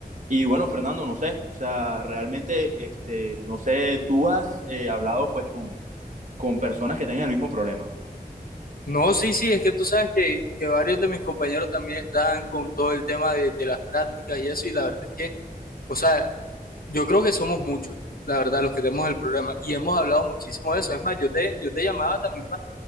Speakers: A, on the right (about 55°); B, on the left (about 70°).
A: Y bueno, Fernando, no sé, o sea, realmente, este, no sé, tú has eh, hablado pues con, con personas que tengan el mismo problema.
B: No, sí, sí, es que tú sabes que, que varios de mis compañeros también están con todo el tema de, de las prácticas y eso, y la verdad es que, o sea, yo creo que somos muchos, la verdad, los que tenemos el problema, y hemos hablado muchísimo de eso. Es más, yo te, yo te llamaba también